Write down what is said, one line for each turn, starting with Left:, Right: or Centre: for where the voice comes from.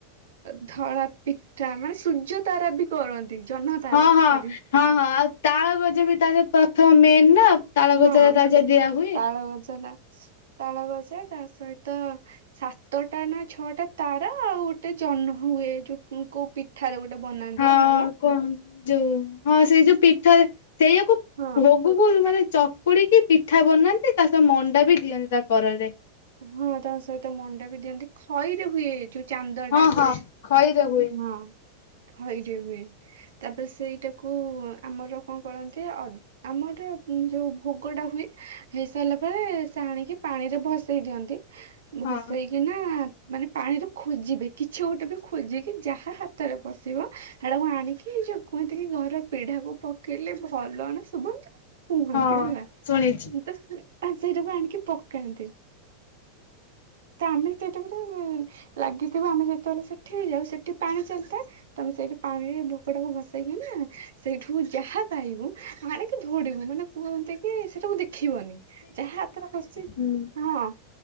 Right: ତ ଧଳା ପିତା ମାନେ ସୂର୍ଯ୍ୟ ତାରା ବି କରନ୍ତି। ଜହ୍ନ ତାରା
Left: ହଁ ହଁ
Right: ସରି
Left: ହଁ ହଁ ଆଉ ତାଳ ଗଜ ବି ତା ପ୍ରଥମ ମେନ୍ ନା। ତାଳ
Right: ହଁ
Left: ଗଜାରେ ତା ଯ ଦିଆ ହୁଏ।
Right: ତାଳ ଗଜାଟା ତାଳ ଗଜା ତା ସହିତ ସାତଟା ନା ଛଅଟା ତାରା ଆଉ ଗୋଟେ ଜହ୍ନ ହୁଏ ଯୋଉ କୋଉ ପି ଠାରେ ଗୋଟେ ବନାନ୍ତି
Left: ହଁ
Right: ଆମର।
Left: କଣ ଯୋଉ ହଁ ସେଇ ଯୋଉ ପିଠା ରେ ସେଇଆକୁ
Right: ହଁ
Left: ଭୋ ଗୁ କୁ ମାନେ ଚକୁଡିକି ପିଠା ବନାନ୍ତି ତା ସହ ମଣ୍ଡା ବି ଦିଅନ୍ତି ତା କରରେ।
Right: ହଁ ତା ସହିତ ମଣ୍ଡା ବି ଦିଅନ୍ତି ଖଇରେ ହୁଏ ଯୋଉ ଚାନ୍ଦ
Left: ହଁ
Right: ଟା
Left: ହଁ
Right: ହଁ
Left: ଖଇରେ ହୁଏ।
Right: ଖଇରେ ହୁଏ। ତାପ୍ରେ ସେଇଟାକୁ ଆମର କଣ କରନ୍ତି ଅ ଆମର ଯୋଉ ଭୋଗୋ ଟା ହୁଏ ହେଇ ସାର୍ଲା ପରେ ସେ ଆଣିକି ପାଣି ରେ ଭସ୍ ସେଇ ଦିଅନ୍ତି,
Left: ହଁ
Right: ଭସେଇକି ନା ମାନେ ପାଣିରୁ ଖୋଜିବେ କିଛି ଗୋଟେ ବି ଖୋଜିକି ଯାହା ହାତରେ ବସିବ ହେଟାକୁ ଆଣିକି ଏଇ ଯୋଉ କୁହନ୍ତି କି ଘର ପେଢାକୁ ପକେଇଲେ ଭଲ ନା। ଶୁଭ କୁହନ୍ତି
Left: ହଁ
Right: ହେଲା
Left: ଶୁଣିଛି
Right: ତ ସେଇଟାକୁ ଆଣିକି ପକାନ୍ତି। ତ ଆମେ <unintelligible> ଲାଗିଥିବୁ ଆମେ ଯେତେବେଳେ ସେଠି ଯାଉ ସେଠି ପାଣି ଚାଲ୍ଥାଏ। ତମେ ସେଇଠି ପାଣିରେ ଭୋକ ଟାକୁ ଭସେଇକି ନା ସେଇଠୁ ଯାହା ପାଇବୁ ଆଣିକି ଧୌଡିବୁ ମାନେ କୁହନ୍ତି କି ସେଟାକୁ ଦେଖିବନି। ଯାହା ହାତରେ ପସ୍ଚି
Left: ହୁଁ।
Right: ହଁ।